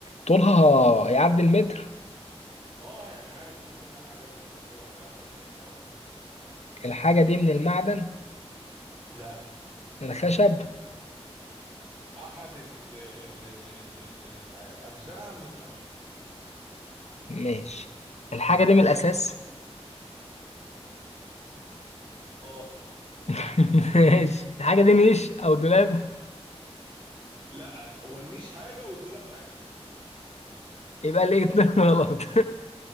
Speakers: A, on the left; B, on the right.
A: طولها يعدي المتر
B: اه يعني عادي في منها حاجات بتطولها بيعدي المتر اه
A: الحاجة دي من المعدن
B: لا
A: من الخشب
B: احد ال ال ال ال ال ال- اجزائها من الخشب
A: ماشي الحاجة دي من الأساس
B: <laughs> اه
A: <laughs> ماشي الحاجة دي نيش أو دولاب
B: لا هو النيش حاجه والدولاب حاجه
A: يبقى ليه اتنين غلط